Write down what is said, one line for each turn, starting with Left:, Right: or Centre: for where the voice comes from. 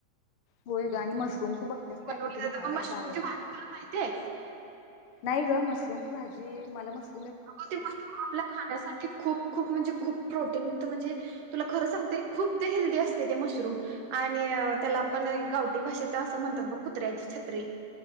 Left: होय ग आणि मशरूम तू बघतेस काय
Right: बनवली
Left: किती महाग
Right: जाते म
Left: आहे
Right: मशरूम
Left: बाहेर
Right: ची भाजी तुला माहितेय?
Left: नाही ग मशरूम ची भाजी मला मश
Right: आज ते मशरूम आपल्या खाण्यासाठी खूप खूप म्हणजे खूप प्रोटीन युक्त म्हणजे तुला खरं सांगते खूप ते हेल्दी असतय ते मशरूम आणि अ त्याला आपण गावटी भाषेत असं म्हणतात बघ कुत्र्याची छत्री.